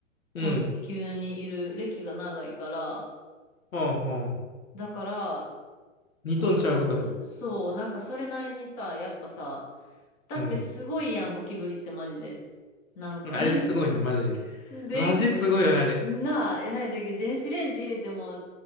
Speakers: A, on the left (about 25°); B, on the left (about 80°).
A: この地球にいる歴が長いから、
B: うん。はあはあ。
A: だから、
B: 二トンちゃうかと。
A: 多分、そう、なんかそれなりにさ、やっぱさ、だってすごいやん、
B: うん。
A: ゴキブリってマジで。なんか
B: あれすごいな、
A: <laughs>
B: マジで。
A: でん、
B: マジですごいよな、あれ。
A: なあ、え、ないだっけ、電子レンジ入れても